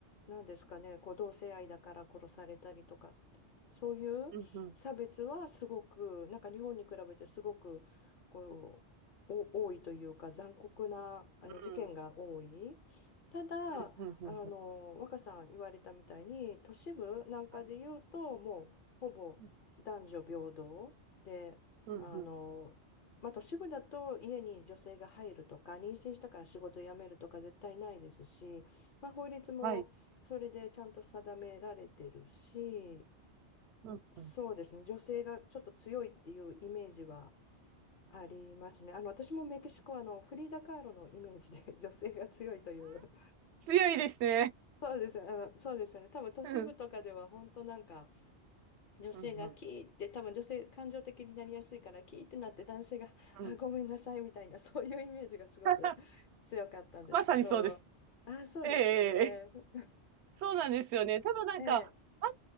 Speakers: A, on the left; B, on the right.
A: なんですかねこう同性愛だから殺されたりとかってそういう差別はすごくなんか日本に比べてすごくこう。
B: うん。うん。
A: お多いというか残酷なあの事件が多い。
B: うん。
A: ただあの若さん言われたみたいに都市部なんかで言うともうほぼ男女平等であの、
B: うん。うん。うん。はい。うん。うん。うん。
A: まあ、都市部だと家に女性が入るとか妊娠したから仕事辞めるとか絶対ないですし、まあ、法律もそれでちゃんと定められてるし
B: はい。うん。
A: そうですね女性がちょっと強いっていうイメージは
B: うん。
A: ありますね。あの私もメキシコはあのフリーダ・カーロのイメージで <laughs> 女性が強いという
B: 強いですね。
A: そうです、あのそうですよね。多分都市部とかでは本当なんか
B: うん。
A: 女性がキーって多分女性感情的になりやすいからキーってなって男性があごめんなさいみたいなそういうイメージがすごく強かったんですけどあそうですよね。
B: うん。うん。うん。<laughs> まさにそうです。ええ、ええ、
A: <laughs>
B: そうなんですよね。ただなんか、
A: ええ
B: あ